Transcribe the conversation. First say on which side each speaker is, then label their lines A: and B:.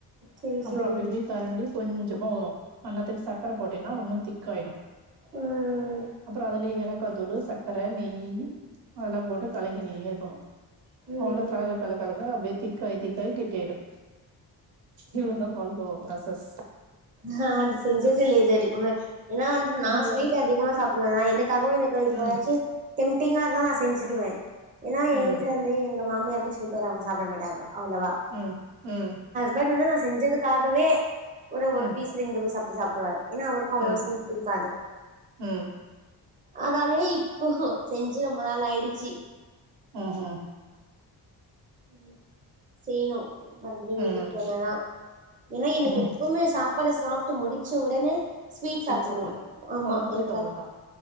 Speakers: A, on the right (about 20°); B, on the right (about 70°).
A: செரி
B: அப்பறோ
A: செரி
B: அப்டி இப்டி தெரண்டு கொஞ்சமா வரு அந்நேத்துக்கு சக்கர போட்டேன்னா உன்னு திக்காயிடு
A: ம்
B: அப்பறோ அதுலே ஏலக்காதூள் சக்கர நெய்யு அதெல்லா போட்டு கலக்கின்னே இருக்கணு
A: ம்
B: அவ்ளோ கலக்க கல கலக்க அப்டியே திருப் கயக்க கய கெட்டியாயிடு இவ்ளோ தா பால்கோவா ப்ராசஸ்
A: நா அது செஞ்சதே இல்ல இதுவரைக்குமே ஏனா வந்து
B: அது
A: நா ஸ்வீட் அதிகமா சாப்புடுவேனா என்னைக்காது எனக்கு எப்போவாச்சு
B: ம்
A: ம்டிங்கா இருந்தா நா செஞ்சுடுவே ஏனா எங்க
B: ம்
A: வீட்ல வந்து எங்க மாமியருக்கு சு சுகர் அவுங்க சாப்ட மாட்டாங்க அவ்ளோவா
B: ம் ம்
A: பட் என்னா நா செஞ்சதுக்காகவே ஒரு
B: ம்
A: ஒரு பீஸ் ரெண்டு பீஸ் அப்டி சாப்டுவாரு ஏனா அவருக்கும் அவ்ளோவா
B: ம்
A: ஸ்வீட் புடிக்காது
B: ம்
A: அதாலையே இப்போ செஞ்சு ரொம்ப நாள் ஆயிடுச்சு
B: அ ஹ
A: ம் செய்ணு மறுபடியு
B: ம்
A: வீட்டுக்கு போனாதா ஏனா எனக்கு
B: ம்
A: எப்போமே சாப்பாட சாப்ட்டு முடிச்ச ஒடனே ஸ்வீட் சாப்டனு
B: சாப்பட்ணு
A: ஆமா
B: ஒவ்வொருத்தருக்கு
A: எனக்
B: அப்டிதா
A: அது